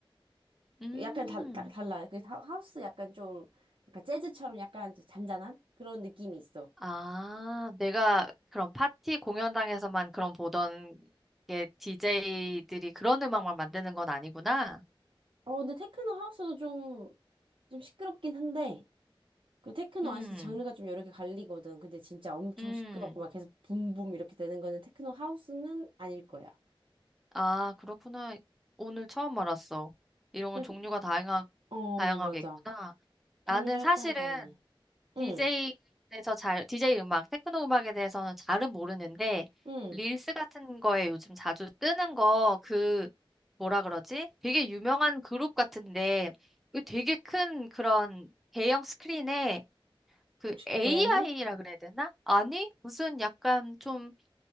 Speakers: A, in the centre; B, on the right.
A: 음,
B: 약간 달, 딱 달라. 그 하- 하우스 약간 좀, 약간 재즈처럼 약간 이제 잔잔한 그런 느낌이 있어.
A: 아, 내가 그런 파티 공연장에서만 그런 보던 게 DJ들이 그런 음악만 만드는 건 아니구나.
B: 어, 근데 테크노 하우스도 좀, 좀 시끄럽긴 한데, 그 테크노
A: 음,
B: 안에서도 장르가 좀 여러 개 갈리거든. 근데 진짜 엄청
A: 음,
B: 시끄럽고 막 계속 붐붐 이렇게 되는 거는 테크노 하우스는 아닐 거야.
A: 아, 그렇구나. 오늘 처음 알았어. 이런 건
B: 그
A: 종류가 다양하,
B: 어,
A: 다양하게
B: 맞아.
A: 있구나.
B: 종류가
A: 나는 사실은
B: 약간 다양해. 응,
A: DJ에 대해서 잘, 디제이 음악, 테크노 음악에 대해서는 잘은 모르는데,
B: 응.
A: 릴스 같은 거에 요즘 자주 뜨는 거, 그, 뭐라 그러지? 되게 유명한 그룹 같은데, 그 되게 큰 그런 대형 스크린에 그
B: 혹시
A: AI라
B: 고양이?
A: 그래야 되나? 아니, 무슨 약간 좀,